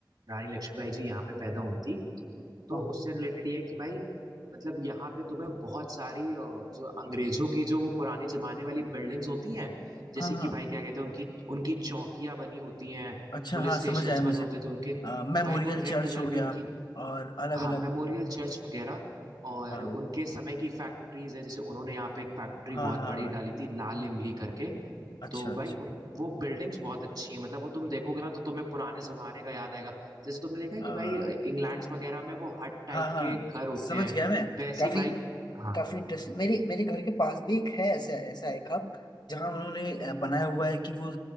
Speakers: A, on the right; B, on the left.
A: रानी लक्ष्मीबाई जी यहाँ पे पैदा हुई थी तो
B: हाँ हाँ।
A: उससे रिलेटेड ये है कि भाई मतलब यहाँ पे तुम्हें बहुत सारी अ, जो अंग्रेजों की जो वो पुराने जमाने वाली बिल्डिंग्स होती हैं जैसे
B: हाँ
A: कि
B: हाँ
A: भाई क्या कहते हैं उनकी उनकी चौकियाँ बनी होती हैं
B: अच्छा
A: पुलिस
B: हाँ
A: स्टेशन
B: समझ आया मुझे
A: बने होते हैं तो उनके
B: मेमोरियल
A: भाई वो रेड
B: चर्च
A: कलर
B: हो
A: की
B: गया
A: उनकी
B: और अलग
A: हाँ
B: अलग
A: मेमोरियल चर्च वगैरह और
B: हाँ
A: उनके समय की फैक्ट्रीज है जैसे उन्होंने यहाँ पे एक फैक्ट्री
B: हाँ
A: बहुत
B: हाँ हाँ,
A: बड़ी डाली थी लाल इमली करके
B: अच्छा
A: तो भाई
B: अच्छा
A: उन वो बिल्डिंग्स बहुत अच्छी हैं मतलब वो तुम देखोगे ना तो तुम्हें पुराने जमाने का याद आएगा जैसे तुमने देखा है
B: आ,
A: कि भाई इंग्लैंड वगैरह में वो हट टाइप
B: हाँ हाँ
A: के घर होते
B: समझ
A: हैं
B: गया मैं
A: वैसे
B: काफी
A: ही भाई हाँ
B: काफी इंटरेस्टिंग मेरे मेरे घर के पास भी एक है ऐसा ऐसा एक हब जहाँ उन्होंने अ, बनाया हुआ है कि वो